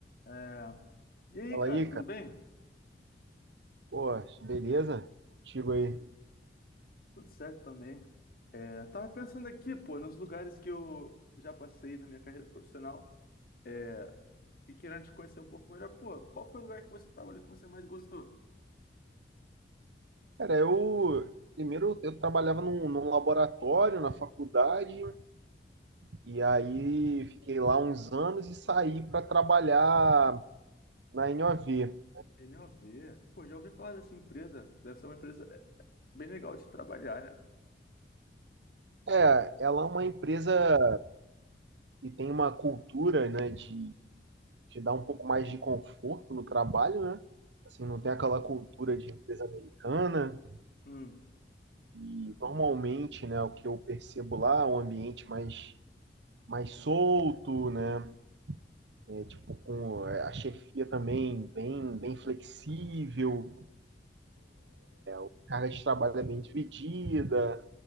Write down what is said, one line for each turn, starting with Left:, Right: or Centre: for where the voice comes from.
Left: É, E aí,
Right: Fala
Left: cara,
Right: aí,
Left: tudo
Right: cara.
Left: bem?
Right: Pô, beleza? Contigo aí.
Left: Tudo certo também. É, tava pensando aqui, pô, nos lugares que eu já passei na minha carreira profissional é, e querendo te conhecer um pouco melhor. Pô, qual foi o lugar que você trabalhou que você mais gostou?
Right: Cara, eu primeiro eu trabalhava num, num laboratório na faculdade e aí fiquei lá uns anos e saí para trabalhar na NOV.
Left: NOV. Pô, já ouvi falar dessa empresa. Deve ser uma empresa é, bem legal de trabalhar, né?
Right: É, ela é uma empresa que tem uma cultura, né, de te dar um pouco mais de conforto no trabalho, né? Assim, não tem aquela cultura de empresa americana
Left: Hum,
Right: e normalmente, né, o que eu percebo lá é um ambiente mais mais solto, né? é, tipo, com é, a chefia também bem, bem flexível, a carga de trabalho é bem dividida.